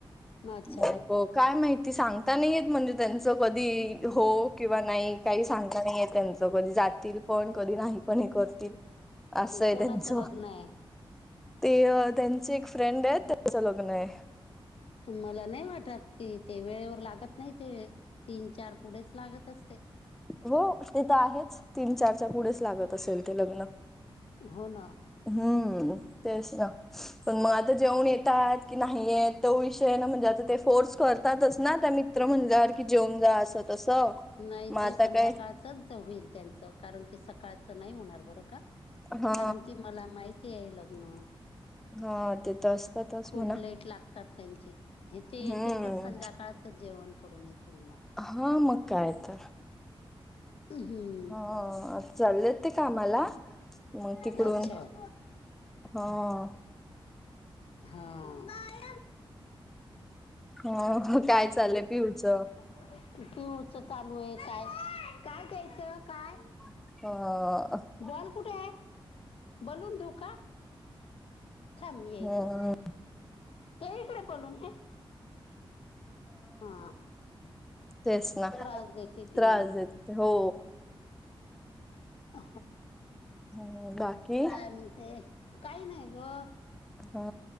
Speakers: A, on the left (about 80°); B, in the centre.
A: अच्छा
B: मक <unintelligible> काय माहिती सांगता नाही आहेत म्हणजे त्यांचं कधी हो किंवा नाही काही सांगता नाही येत त्यांचं. कधी जातील पण कधी नाही पण हे करतील असं आहे
A: कोणाचं
B: त्यांच.
A: लग्न आहे
B: ते त्यांचे एक फ्रेंड आहे, त्याचं लग्न आहे.
A: मला नाही वाटत कि ते, वेळेवर लागत नाही ते. तीन चार पुढेच लागत अस.
B: हो ते तर आहेच. तीन चारच्या पुढेच लागत असेल ते लग्नं.
A: हा ना.
B: हम्म. तेच ना. पण मग आता जेवण येतात की नाहीय. तो विषय ना म्हणजे आता ते फोर्स करतातच ना त्यांनी. मित्र म्हटला जेवून जा असं तसं.
A: नाही
B: मग आता
A: ते संध्याकाळचच
B: काय
A: होईल त्यांचं, कारण की सकाळचं नाही होणार बरं का.
B: हा
A: कारण की मला माहिती आहे लग्न.
B: हा ते तर असतातच
A: खूप
B: म्हणा.
A: लेट लागतात त्यांचे हे ते
B: हम्म.
A: येतील तर संध्याकाळ जेवण करून येतील मग.
B: हा मग काय तर.
A: हंम. हंम.
B: हो आता चाललेत ते कामाला. मग तिकडून
A: अच्छा
B: ह..
A: हा.
B: हो काय चालय पियुच.
A: <unintelligible> चालूय आहे काय काय घ्यायचं काय.
B: ह..
A: बॉल कुठे आहे बलून देऊ का? थांब म हे
B: हम्म
A: इकडं. ये इकडे पळून हे हा
B: तेच ना
A: त्रास देते
B: त्रास
A: ती
B: देते हो.
A: ह..
B: हम्म बाकी
A: काय म्हणते काही नाही गं.
B: हा.